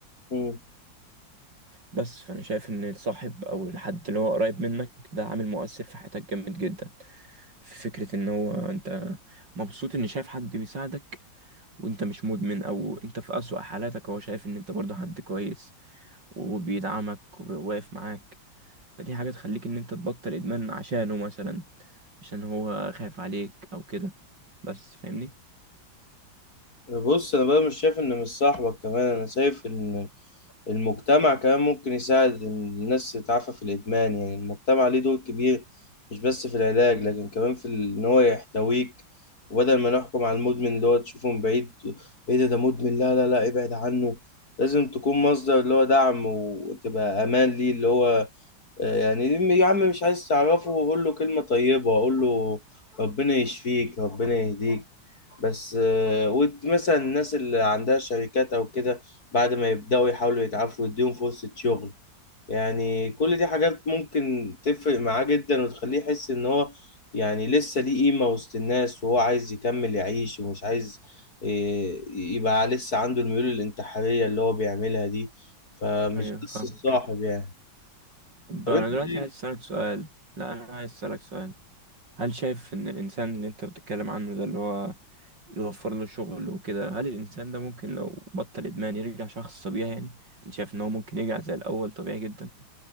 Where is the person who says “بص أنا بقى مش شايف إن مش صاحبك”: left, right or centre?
Left